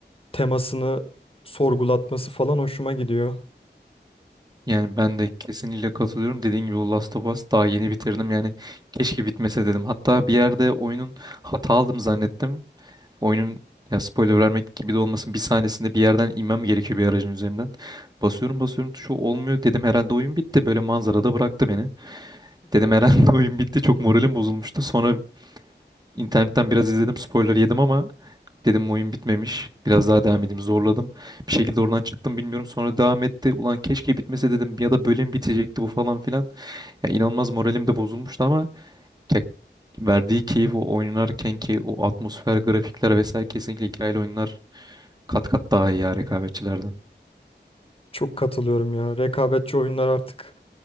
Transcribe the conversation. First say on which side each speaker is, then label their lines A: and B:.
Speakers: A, on the left (about 30°); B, on the right (about 20°).
A: temasını sorgulatması falan hoşuma gidiyor.
B: Yani ben de kesinlikle katılıyorum. Dediğin gibi o Last of Us daha yeni bitirdim. Yani keşke bitmese dedim. Hatta bir yerde oyunun hata aldım zannettim. Oyunun ya spoiler vermek gibi de olmasın bir sahnesinde bir yerden inmem gerekiyor bir aracın üzerinden. Basıyorum basıyorum tuşu olmuyor dedim herhalde oyun bitti böyle manzarada bıraktı beni. Dedim herhalde <laughs> oyun bitti çok moralim bozulmuştu. Sonra internetten biraz izledim spoiler yedim ama dedim oyun bitmemiş biraz daha devam edeyim zorladım. Bir şekilde oradan çıktım bilmiyorum sonra devam etti. Ulan keşke bitmese dedim ya da bölüm bitecekti bu falan filan. Ya inanılmaz moralim de bozulmuştu ama ya verdiği keyif o oynarken ki o atmosfer grafikler vesaire kesinlikle hikayeli oyunlar Kat kat daha iyi ya rekabetçilerden.
A: Çok katılıyorum ya. Rekabetçi oyunlar artık.